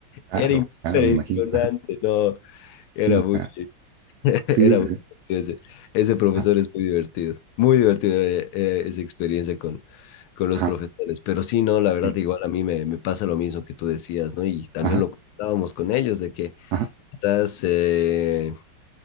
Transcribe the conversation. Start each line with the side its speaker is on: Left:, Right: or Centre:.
Right: Claro,
Left: Era impresionante,
Right: claro, me imagino. Ajá,
Left: no, era
Right: sí, no,
Left: muy...
Right: claro.
Left: <laughs>
Right: Sí,
Left: Era
Right: sí,
Left: muy
Right: sí.
Left: divertido ese, ese profesor
Right: Ajá,
Left: es muy divertido, muy divertido eh, eh, esa experiencia con, con los
Right: ajá,
Left: profesores. Pero sí, no, la verdad,
Right: sí.
Left: igual a mí me, me pasa lo mismo que tú decías, ¿no? Y también
Right: Ajá,
Left: lo comentábamos con ellos, de que
Right: ajá.
Left: estás eh,